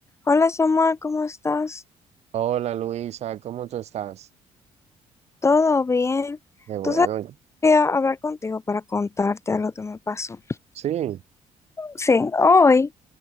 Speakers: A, on the left; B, on the right.
A: Hola Samuel, ¿cómo estás?
B: Hola Luisa, ¿cómo tú estás?
A: ¿Todo bien?
B: Qué bueno.
A: Tú sabes que quería hablar contigo para contarte algo que me pasó.
B: Sí,
A: Sí, hoy